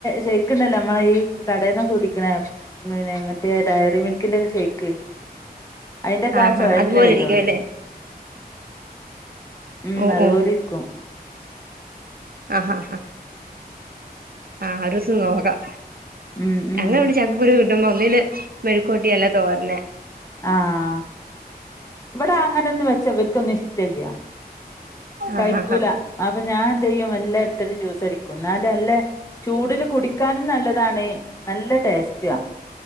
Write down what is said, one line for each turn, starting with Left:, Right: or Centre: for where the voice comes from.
Left: ഷെയ്ക്ക്ണ്ടല്ലോ നമ്മള ഈ കടേ ന്ന് കുടിക്കണേ പിന്നെ മ റ്റേ ഡയറീ മിൽക്കിന്റെക്ക ഷേയിക്ക് അതിന്റെക്കാ
Right: ആഹ്
Left: ച്ചോവന്നെ
Right: ആഹ് അതുപോലെ
Left: വരുള്ളു
Right: ഇരിക്കുവല്ലേ
Left: ഉം
Right: ഓഹ്
Left: അതുപോലിര്ക്കും
Right: ഓഹ് ആഹ് ആഹ് ആഹ് ആഹ് ഒരൂസം നോക്കാം
Left: ഉം ഉം
Right: ഞങ്ങ വ്ടെ ചക്കക്കുരു കിട്ടുമ്പോ ഒന്നില്ലേ മെഴ്ക്കോര്ട്ടി യല്ലേ തോരൻ
Left: ആഹ് ഇവടങ്ങനൊന്നും വെച്ച വൽ ക്കൊന്നുംഷ്ടല്ല്യ കയ്ക്കൂല
Right: ആഹ് ആഹ്
Left: അപ്പൊ ഞാൻ എന്തെയ്യും എല്ലാ എടുത്തിട്ട് ജ്യൂസടിക്കും എന്നാല അല്ലേ ചൂടില് കുടിക്കാനും നല്ലതാണ് നല്ല ടേസ്റ്റുവാ